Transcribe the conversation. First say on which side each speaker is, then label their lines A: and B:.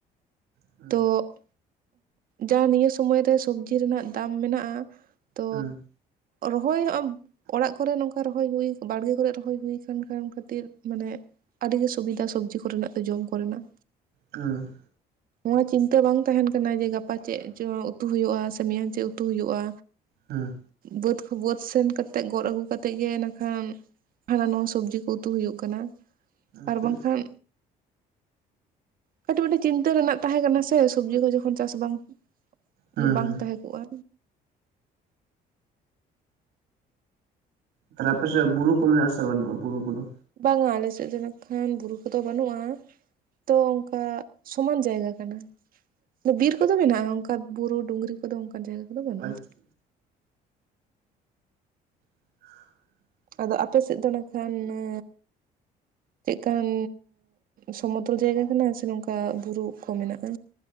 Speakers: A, on the right; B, on the right.
A: ᱦᱩᱸ
B: ᱛᱚᱜ ᱡᱟ ᱱᱤᱭᱟᱹ ᱥᱚᱢᱚᱭ ᱨᱮ ᱥᱚᱵᱽᱡᱤ ᱨᱮᱱᱟᱜ ᱫᱟᱢ ᱢᱮᱱᱟᱜ-ᱟ ᱛᱚᱼᱼ
A: ᱦᱩᱸ᱾
B: ᱨᱚᱦᱚᱭ ᱦᱚᱸ ᱚᱲᱟᱜ ᱠᱚᱨᱮ ᱱᱚᱝᱠᱟ ᱨᱚ ᱦᱳᱭ ᱦᱩᱭ ᱵᱟᱲᱜᱮ ᱠᱚᱨᱮ ᱨᱚᱦᱚᱭ ᱦᱩᱭ ᱠᱟᱱ ᱠᱷᱟᱱ ᱠᱷᱟᱹᱛᱤᱨ ᱢᱟᱱᱮ ᱟᱹᱰᱤ ᱜᱮ ᱥᱩᱵᱤᱫᱷᱟ ᱥᱚᱵᱽᱡᱤ ᱠᱚᱨᱮᱱᱟᱜ ᱫᱚ ᱡᱚᱢ ᱠᱚᱨᱮᱱᱟᱜ᱾
A: ᱦᱩᱸ
B: ᱱᱚᱣᱟ ᱪᱤᱱᱛᱟᱹ ᱵᱟᱝ ᱛᱟᱦᱮᱱ ᱠᱟᱱᱟ ᱡᱮ ᱜᱟᱯᱟ ᱪᱮᱫ ᱪᱚ ᱩᱛᱩ ᱦᱩᱭᱩᱜᱼᱟ ᱥᱮ ᱢᱮᱭᱟᱝ ᱪᱮᱫ ᱩᱛᱩ ᱦᱩᱭᱩᱜᱼᱟ᱾
A: ᱦᱩᱸ
B: ᱵᱟᱹᱫᱽ ᱠᱚ ᱵᱟᱹᱫᱽ ᱥᱮᱱ ᱠᱟᱛᱮᱫ ᱜᱚᱫ ᱟᱹᱜᱩ ᱠᱟᱛᱮᱜ ᱜᱮ ᱱᱟᱠᱷᱟᱱ ᱦᱟᱱᱟ ᱱᱟᱣᱟ ᱥᱚᱵᱽᱡᱤ ᱠᱚ ᱩᱛᱩ ᱦᱩᱭᱩᱜ ᱠᱟᱱᱟ᱾
A: ᱟᱪᱪᱷᱟ
B: ᱟᱨ ᱵᱟᱝᱠᱷᱟᱱ
A: ᱟᱪᱪᱷᱟ
B: ᱠᱟᱹᱴᱤᱡ ᱢᱟᱴᱤᱱ ᱪᱤᱱ ᱛᱟᱹ ᱨᱮᱱᱟᱜ ᱛᱟᱸᱦᱮ ᱠᱟᱱᱟ ᱥᱮ ᱥᱚᱵᱽᱡᱤ ᱠᱚ ᱡᱚᱠᱷᱚᱱ ᱪᱟᱥ ᱵᱟᱝ,
A: ᱦᱩᱸ
B: ᱡᱩ ᱵᱟᱝ
A: ᱦᱩᱸ
B: ᱛᱟᱸᱦᱮ ᱠᱚᱜᱼᱟ᱾
A: ᱛᱟᱦᱞᱮ ᱟᱯᱮ ᱥᱮᱫ ᱵᱩᱨᱩ ᱠᱚ ᱢᱮᱱᱟᱜ ᱟᱥᱮ ᱵᱟᱱᱩᱜᱼᱟ ᱵᱩᱨᱩ ᱠᱚᱫᱚ?
B: ᱵᱟᱝᱟ ᱟᱞᱮ ᱥᱮᱫ ᱫᱚ ᱱᱟᱠᱷᱟᱱ ᱵᱩᱨᱩ ᱠᱚᱫᱚ ᱵᱟᱹᱱᱩᱜᱼᱟ᱾ ᱛᱚ ᱚᱱᱠᱟ ᱥᱚᱢᱟᱱ ᱡᱟᱭᱜᱟ ᱠᱟᱱᱟ᱾ ᱵᱤᱨ ᱠᱚᱫᱚ ᱢᱮᱱᱟᱜᱼᱟ ᱚᱱᱠᱟ ᱵᱩᱨᱩ ᱰᱩᱜᱽᱨᱤ ᱠᱚᱫᱚ ᱚᱱᱠᱟᱱ ᱡᱟᱭᱜᱟ ᱠᱚᱫᱚ ᱵᱟᱹᱱᱩᱜᱼᱟ᱾
A: ᱟᱪᱪᱷᱟ <unintelligible>
B: ᱟᱫᱚ ᱟᱯᱮ ᱥᱮᱫ ᱫᱚ ᱱᱟᱠᱷᱟᱱ ᱱᱟ ᱪᱮᱫ ᱠᱟᱱ ᱥᱚᱢᱚᱛᱚᱞ ᱡᱟᱭᱜᱟ ᱠᱟᱱᱟ ᱥᱮ ᱱᱚᱝᱠᱟ ᱵᱩᱨᱩ ᱠᱚ ᱢᱮᱱᱟᱜᱼᱟ?